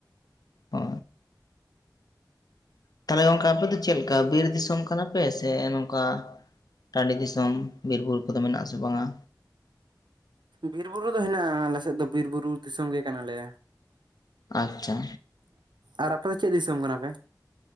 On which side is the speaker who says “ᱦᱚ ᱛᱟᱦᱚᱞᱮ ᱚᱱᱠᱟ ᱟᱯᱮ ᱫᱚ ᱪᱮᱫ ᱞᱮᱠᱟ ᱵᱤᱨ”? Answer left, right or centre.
Left